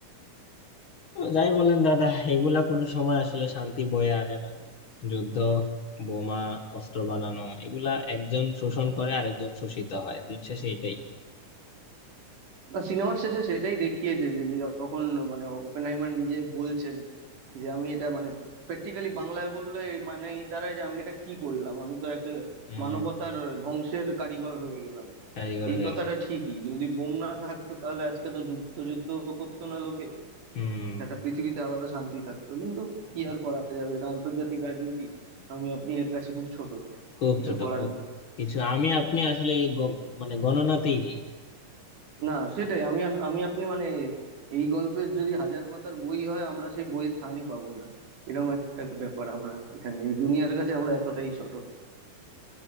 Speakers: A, on the left (about 50°); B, on the right (about 75°).
A: তো যাই বলেন দাদা এগুলা কোনো সময় আসলে শান্তি বয়ে আনে না যুদ্ধ বোমা অস্ত্র বানানো এগুলা একজন শোষণ করে আরেকজন শোষিত হয় দিন শেষে এটাই
B: না সিনেমার শেষে সেটাই দেখিয়েছে যে যে যখন মানে ওপেনহাইমার নিজে বলছেন যে আমি এটা মানে প্র্যাকটিক্যালি বাংলায় বললে এর মানে এই দাঁড়ায় যে আমি এটা কি করলাম আমি তো একটা
A: হম
B: মানবতার ধ্বংসের কারিগর হয়ে গেলাম
A: কারিগর
B: এই
A: হয়ে
B: কথাটা
A: গেলাম
B: ঠিকই যদি বোম না থাকতো তাহলে আজকে তো যুদ্ধ যুদ্ধ করতো না লোকে
A: হুম
B: একটা পৃথিবীতে আলাদা শান্তি থাকতো কিন্তু
A: একদম।
B: কি আর করা যাবে এটা আন্তর্জাতিক রাজনীতি আমি আপনি এর কাছে খুব ছোট
A: খুব
B: কিছু
A: ছোট
B: করার
A: খুব
B: নেই
A: ছোট কিছু আমি আপনি আসলে এই গ- মানে গণনাতেই নেই
B: না সেটাই আমি আস- আমি আপনি মানে এই গল্পের যদি হাজার পাতার বই হয় আমরা সেই বইয়ের স্থানই পাবো না এরকম একটা ব্যাপার আমরা এখানে এই দুনিয়ার কাছে আমরা এতটাই ছোট